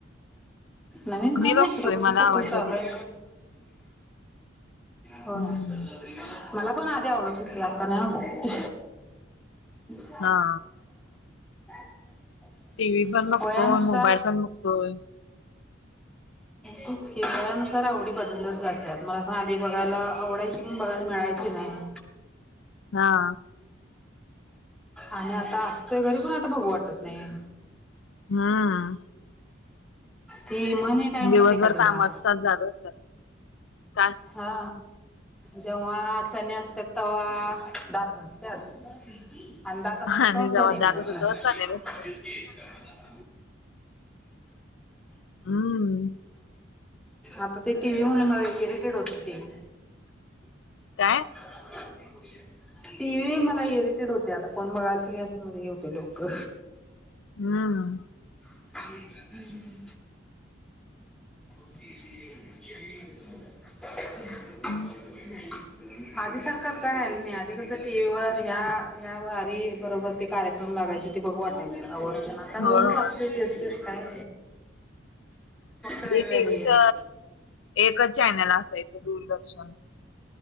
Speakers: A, in the centre; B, on the left.
A: नवीन
B: मी
A: काय नाही,
B: बघतोय
A: रोजचंच
B: मला
A: आपल
B: आवडत्या
A: चालूय.
B: टीव्ही बघायला.
A: होय.
B: हम्म.
A: मला कोण आधी आवडत होती, आत्ता नाही आवडत. <unintelligible>
B: हा.
A: <unintelligible>
B: टी व्ही पण बघतोय,
A: वयानुसार
B: मोबाईल पण बघतोय.
A: तेच की, वयानुसार आवडी बदलल्या जात्यात. मला पण आधी बघायला आवडायची, पण बघायला मिळायची नाही.
B: हा.
A: आणि आता असतोय घरी, पण आता बघू वाटत नाही.
B: हम्म.
A: ती म्हणे ती काय ते
B: दिवसभर
A: माहितीय का तुला?
B: कामाचाच जाग असेल काय
A: हा, जेव्हा चणे असतात, तेव्हा दात नसत्यात आणि दात असतेत
B: आणि
A: तवा
B: जेव्हा
A: चणे मिळत
B: जागत होत
A: नसते
B: तेव्हा चालेल असत
A: <inaudible>
B: हम्म
A: आता ते टी व्ही म्हणून मला इरिटेड होत टी व्ही..
B: काय
A: <inaudible> टी व्ही मला इरेटेड होतय. आता कोण बघायल, तरी असं म्हणजे हे होतय डोकं
B: हम्म.
A: <inaudible> <inaudible>
B: <inaudible>
A: <inaudible> आधी सारखाच आता काय राहिला नाही. आधी कसं, टी व्ही वर या या वारी बरोबर ते कार्यक्रम लागायचे, ते बघू वाटायचे. आवर्जून आता रोजच
B: होय होय
A: असते, तेच तेच काय रविवारीच
B: टी व्हीच एकच चॅनल असायचं, दूरदर्शन.